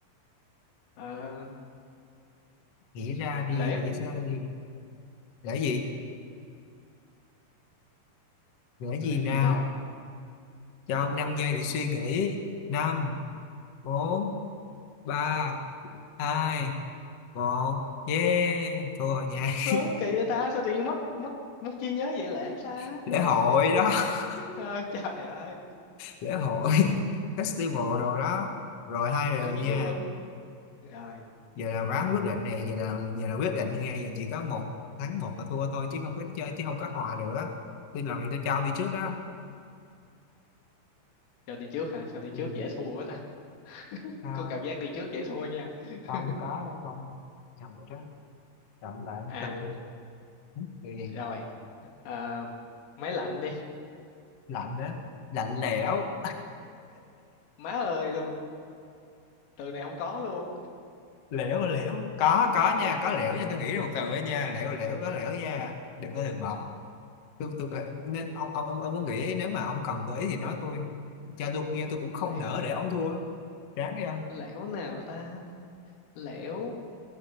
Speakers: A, on the left; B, on the left.
A: Ờ,
B: nghĩ ra đi
A: lễ
B: nghĩ ra đi gửi gì gửi
A: lễ
B: gì nào
A: gì ta
B: cho ông 5 giây để suy nghĩ năm bốn ba hai một yeah thua rồi nha
A: Ơ, kỳ vậy ta sao tự nhiên mất mất mất trí nhớ vậy lễ ta
B: <laughs> lễ hội đó <laughs>
A: Ờ, trời ơi
B: lễ hội <laughs> festival đồ đó rồi hai đều
A: tự nhiên
B: nha
A: cái quên mất. rồi
B: giờ là ván quyết định này giờ là giờ là quyết định thôi nha giờ chỉ có một thắng một là thua thôi chứ không có chơi chứ không có hòa nữa tôi làm gì tôi cho ông đi trước đó
A: rồi đi trước hả sao đi trước
B: ừ.
A: dễ thua quá ta
B: à,
A: có cảm giác đi trước dễ thua nha
B: không
A: <laughs>
B: có đâu ông nhầm rồi đó chọn lại
A: à
B: từ đây Ừ, từ gì
A: rồi à, máy lạnh đi
B: lạnh đó lạnh lẽo
A: má ơi luôn từ này không có luôn
B: lẽo lẽo có có nha có lẽo nha tôi nghĩ ra một từ ấy nha lẽo lẽo có lẽo nha đừng có từ bỏ tôi tôi nên ông ông ông ông có nghĩ nếu mà ông cần gợi ý thì nói tôi cho tôi giờ tôi cũng không
A: lẻo
B: nỡ để ông thua ráng đi ông
A: lẻo nào ta lẻo